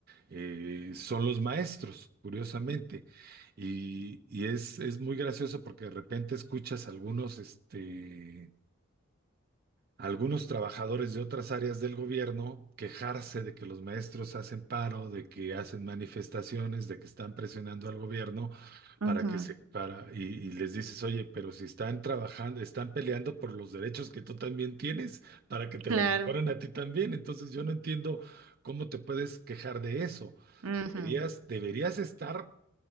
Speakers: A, on the right; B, on the right.
A: eh, son los maestros, curiosamente. Y, y es, es muy gracioso porque de repente escuchas algunos, este, algunos trabajadores de otras áreas del gobierno quejarse de que los maestros hacen paro, de que hacen manifestaciones, de que están presionando al gobierno
B: ujú,
A: para que se para y, y les dices, oye, pero si están trabajando, están peleando por los derechos que tú también tienes para que te
B: Claro,
A: los mejoren a ti también. Entonces yo no entiendo cómo te puedes quejar de eso.
B: ujú,
A: Deberías, deberías estar